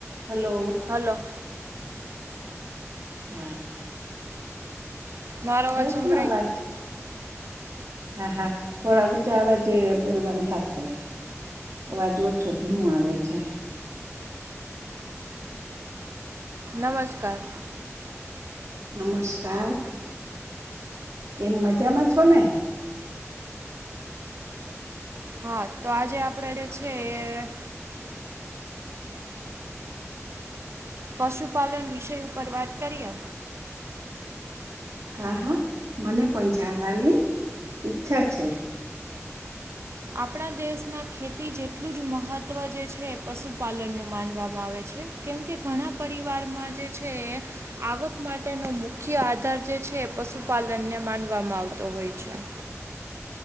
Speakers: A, on the right; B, on the right.
A: હાલો.
B: Hello.
A: હા.
B: મારો અવાજ સંભળાય
A: છે ને અવાજ હા હા થોડા ઊંચા અવાજે બોલવાનું થશે અવાજવોછો ધીમો આવે છે
B: નમસ્કાર
A: નમસ્કાર કેમ મજામાં છો ને
B: હા તો આજે આપણેે જે છે એ પશુપાલન વિષય ઉપર વાત કરીએ
A: હા હા મને પણ જાણવાની ઈચ્છા છે
B: આપણા દેશમાં ખેતી જેટલું જ મહત્ત્વ જે છે એ પશુપાલનનું માનવામાં આવે છે કેમકે ઘણા પરિવારમાં જે છે આવક માટેનો મુખ્ય આધાર જે છે એ પશુપાલનને માનવામાં આવતો હોય છે